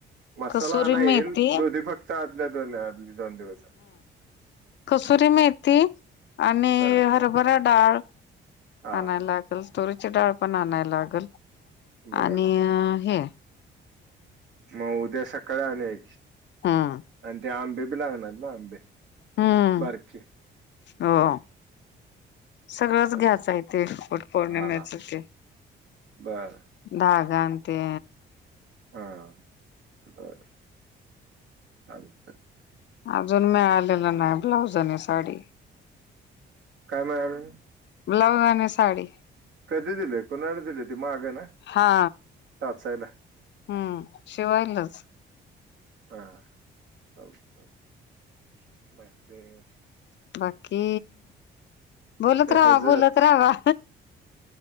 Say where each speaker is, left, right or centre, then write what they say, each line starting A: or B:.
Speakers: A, on the right; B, on the left.
A: मसाला
B: कसुरी
A: नाही येईल
B: मेथी
A: दुधी फक्त आदल्या दोन आ दोन दिवसात हम्म.
B: सुरी मेथी आणि
A: हा
B: हरभरा डाळ
A: हा
B: आणायला लागेल तोरी ची डाळ पण आणायला लागल
A: बर
B: आणि हे
A: मग उद्या सकाळी आणय
B: हम्म
A: आणि ते आंबे बी लागणार ना आंबे
B: हम्म
A: बरक
B: हो
A: बर
B: सगळंच
A: चालत
B: घ्यायचं आहे तेे एकट पौर्णिमेच
A: हा हा
B: ते
A: बर
B: धाग जनते
A: हा
B: अजून मिळालेलं नाही ब्लाऊज आणि साडी
A: काय म्हणाले
B: ब्लाऊज आणि साडी
A: कधी दिले कुणाड दिले ते माग आहे ना
B: हा
A: टचायला
B: हम्म शिवायलच
A: हाछ
B: बाकी बोलत
A: ते
B: रावा
A: ह्याच
B: बोलोलत रावा